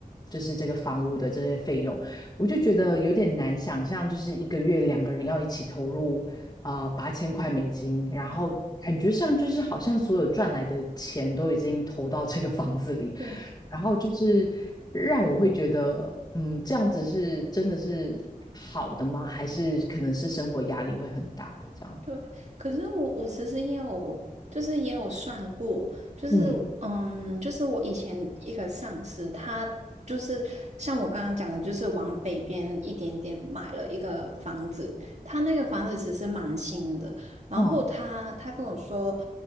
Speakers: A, on the left; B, on the right.
A: 就是这个房屋的这些费用，我就觉得有点难想象，就是一个月两个人要一起投入啊八千块美金，然后感觉上就是好像所有赚来的钱都已经投到这个房子里，
B: 啊，对，
A: 然后就是让我会觉得，嗯，这样子是真的是好的吗？还是可能是生活压力会很大的这样？
B: 对，可是我我其实也有，就是也有算过，就是嗯，
A: 嗯，
B: 就是我以前一个上司，他就是像我刚刚讲的，就是往北边一点点买了一个房子，他那个房子其实蛮新的，然后他他跟我说，
A: 哦，